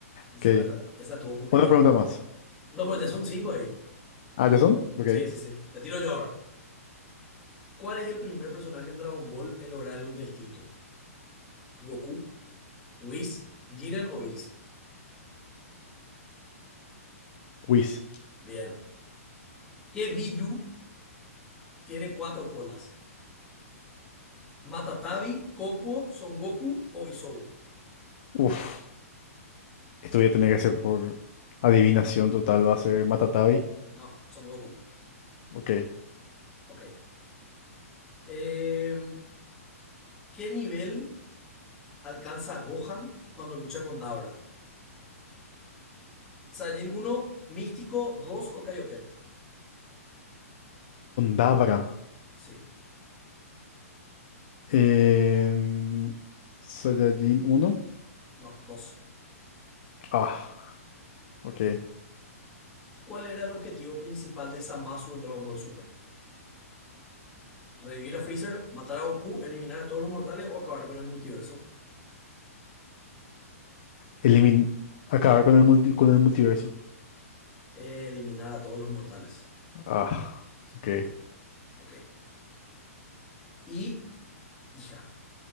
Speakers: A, in the centre; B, on the left.
A: Encima
B: Ok.
A: esa, esa estuvo complicada.
B: Una pregunta más.
A: No, pero ya son cinco ahí.
B: ¿Ah, ya son? Ok.
A: Sí, sí, sí. Te tiro yo ahora. ¿Cuál es el primer personaje en Dragon Ball en lograr el Ultra Instinto? ¿Goku, Whis, Jiren o Bills?
B: Whis.
A: Bien. ¿Qué Biju tiene cuatro colas? ¿Matatabi, Kokuo, Son Goku o Isobu?
B: Uf. Esto voy a tener que hacer por adivinación total. Va a ser Matatabi.
A: No, Son Goku.
B: Ok.
A: Ok. Eh, ¿Qué nivel alcanza Gohan cuando lucha con Dabra? Saiyajin uno Místico, 2 o Kaioken.
B: Dabra.
A: Sí,
B: Em, Saiyajin uno,
A: no, dos,
B: Ah, ok.
A: Ok. ¿Cuál era el objetivo principal de Zamasu en Dragon Ball Super? ¿Revivir a Freezer, matar a Goku, eliminar a todos los mortales o acabar con el multiverso?
B: Elimin acabar con el multi- con el multiverso.
A: Eliminar a todos los mortales.
B: Ah, ok.
A: Ok. Y, hija,